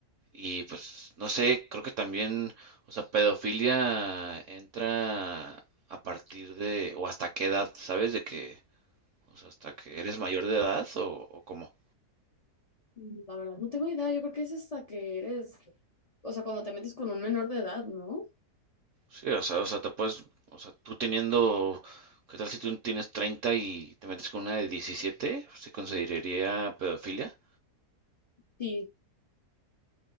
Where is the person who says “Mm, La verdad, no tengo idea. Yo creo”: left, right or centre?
Left